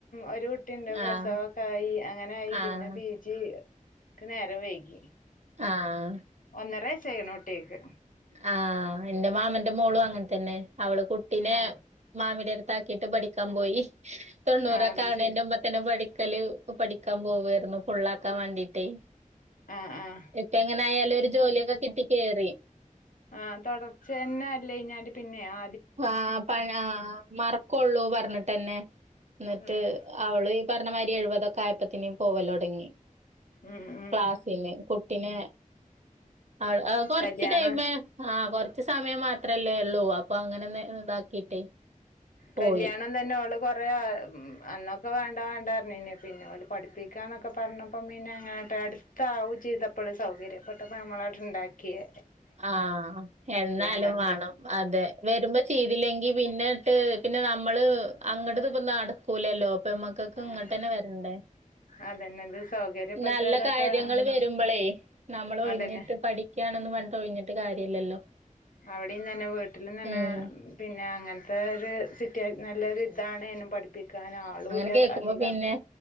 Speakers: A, on the left; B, on the right.
A: ഒരു കുട്ടിയുണ്ട് പ്രസവൊക്ക
B: ആഹ്
A: ആയി അങ്ങനായി
B: ആഹ്
A: പിന്ന പി പിജി ക്ക് നേരം വൈകി
B: ആഹ്
A: ഒന്നര വൈസായിക്കണ് കുട്ടേക്ക്
B: ആ എന്റെ മാമന്റെ മോളും അങ്ങനെ തന്നെ അവള് കുട്ടീനെ
A: ആഹ്
B: മാമിന്റടുത്താക്കിട്ട് പടിക്കാൻ പോയി തൊണ്ണൂറക്കാ
A: ആഹ് അത്
B: ആകണേന്റെ
A: ശരി
B: മുമ്പേ പിന്ന പഠിക്കല് പഠിക്കാൻ പോവായിരുന്നു ഫുള്ളാക്കാൻ വേണ്ടീട്ടേ
A: ആഹ് ആഹ്
B: ഇപ്പ ഇങ്ങനെ ആയാല് ഒരു ജോലിയൊക്കെ കിട്ടി കയറി
A: ആ തുടർച്ചന്നെ അല്ലേയിഞ്ഞാല് പിന്നെ ആ
B: ആ പഴ മറക്കുള്ളൂ പറഞ്ഞിട്ട്ന്നെ എന്നിട്ട്
A: ഉം
B: അവള് പറഞ്ഞമാതിരി എഴുപതൊക്കെ ആയപ്പത്തിന്നേ പോവല് തുടങ്ങി
A: ഉം ഉം
B: ക്ലാസിന് കുട്ടിനെ ആ കൊറച്ച്
A: കല്യാണം
B: ടൈമേ ആ കൊറച്ച സമയം മാത്രല്ലേ ഉള്ളൂ അപ്പൊ അങ്ങനെ ഇതാക്കിട്ടേ പോയി
A: കല്ല്യാണം തന്നെ ഓള് കൊറേ അന്നൊക്കെ വേണ്ട വേണ്ടാപറഞ്ഞിന് ഇന്നെ പിന്നെ ഓല് പഠിപ്പിക്കാന്നൊക്കെ പറഞ്ഞപ്പം പിന്നെ അങ്ങട്ടാടി താ ഊറ്റി ചെയ്തപ്പള് സൗകര്യ പ്പെട്ടപ്പോ നമ്മളവിട്ണ്ടാക്കിയേ
B: ആ എന്നാലും
A: ഇണ്ടാക്ക
B: വേണം അതെ വരുമ്പോ ശീ തില്ലെങ്കി പിന്നെട്ട് പിന്നെ നമ്മള് അങ്ങട്ടത് ഇപ്പ നടക്കൂലല്ലോ പെൺ മക്കൾക്ക്
A: ആഹ്
B: ഇങ്ങട്ടന്നെ വരണ്ടേ
A: അതന്നെ ഇത് സൗകര്യപ്പെട്ടതൊക്കെ
B: നല്ല കാര്യങ്ങള്
A: എന്താ
B: വരുമ്പോളേ നമ്മൾ ഒഴിഞ്ഞിട്ട്
A: അതന്നെ
B: പഠി ക്കാണൊന്ന് പറഞ്ഞിട്ട് ഒഴിഞ്ഞിട്ട് കാര്യല്ലല്ലോ
A: അവിടെയും തന്നെ വീട്ടിലും തന്നെ
B: ഉം
A: പിന്നെ അങ്ങനത്തെ ഒരു സിറ്റുവാ നല്ലൊരു ഇതാണെനു പഠി പ്പിക്കാനാളുല്ല
B: അങ്ങനെ കേക്കുമ്പോ
A: അധികം
B: പിന്നെ